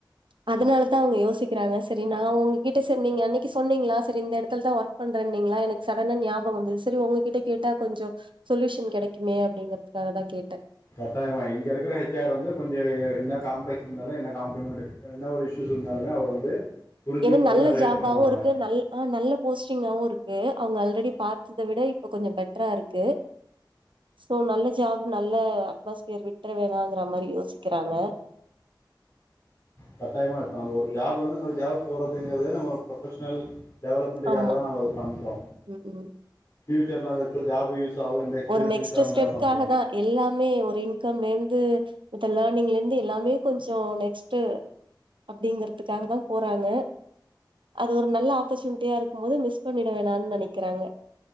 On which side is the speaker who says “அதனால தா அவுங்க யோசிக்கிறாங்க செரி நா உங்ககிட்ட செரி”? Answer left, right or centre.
Right